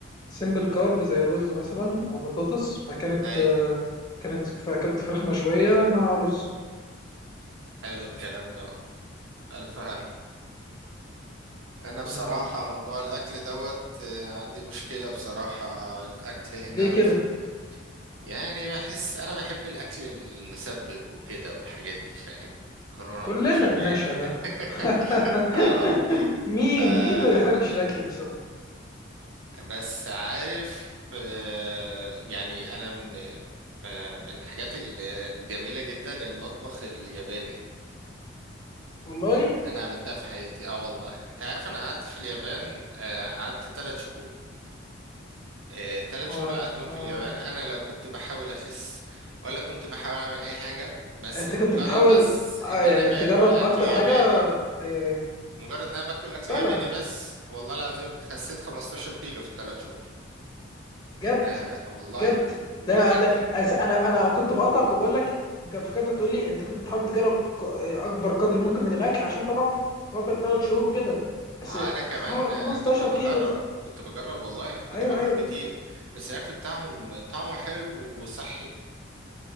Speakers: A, on the left; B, on the right.
A: سيمبل كارب زي الرز مثلا او بطاطس فكانت
B: ايوه
A: آه كانت فاكلت فراخ مشويه مع رز
B: حلو الكلام دوت الف هن انا بصراحة
A: من عندك
B: موضوع الاكل دوت آه، عندي مشكلة بصراحة الاكل هنا
A: ليه كده؟
B: في- يعني بحس انا بحب الاكل المسبك وكده والحاجات دي فاهم كورونا
A: كلنا
B: بشاميل
A: بنعشق ده
B: <laughs>
A: <laughs> مين
B: اه
A: مين ما بيحبش الاكل المسبك
B: بس عارف آه، يعني انا من آه، من الحاجات ال- الجميله جدا المطبخ الياباني
A: والله
B: اللي انا قابلتها في حياتي اه والله انت عارف انا قعدت في اليابان آه، قعدت ثلاث شهور آه، الثلاث
A: اه
B: شهور اللي قعدتهم
A: اه
B: في اليابان انا لا كنت بحاول اخس ولا كنت بحاول اعمل اي حاجه بس
A: انت
B: مجرد
A: كنت بتحاول
B: بس ان
A: آه يعني
B: انا باكل
A: تجرب
B: اكل
A: اكتر
B: ياباني
A: حاجه ايوه ايوه
B: مجرد ان انا باكل اكل
A: فعلا
B: ياباني بس والله العظيم خسيت 15 كيلو في الثلاث شهور
A: بجد
B: آه والله
A: بجد
B: والاكل
A: ده انا ده أس- انا انا كنت بقطعك وبقول لك انت فكرت تقول لي انت كنت بتحاول تجرب ك- اكبر قدر ممكن من الاكل عشان طبعا في فتره ثلاث شهور وكده
B: ما
A: بس
B: انا كمان
A: خم-
B: آه،
A: 15
B: كنت بجرب
A: كيلو
B: كنت بجرب والله كنت
A: ايوه
B: باكل
A: ايوه
B: كتير بس الاكل بتاعهم طعمه حلو وصحي